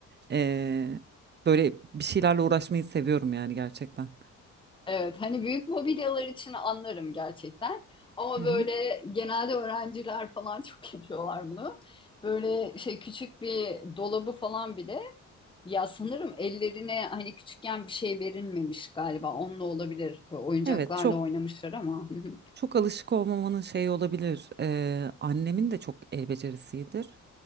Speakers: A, on the right; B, on the left.
A: e, böyle bir şeylerle uğraşmayı seviyorum yani gerçekten.
B: Evet, hani büyük mobilyalar için anlarım gerçekten. Ama
A: Hı
B: böyle
A: hı.
B: genelde öğrenciler falan çok <laughs> yapıyorlar bunu. Böyle şey küçük bir dolabı falan bile ya sanırım ellerine hani küçükken bir şey verilmemiş galiba. Onunla olabilir. Böyle oyuncaklarla
A: Evet çok
B: oynamışlar ama. <laughs> Hı hı.
A: çok alışık olmamanın şeyi olabilir. Ee, annemin de çok el becerisidir.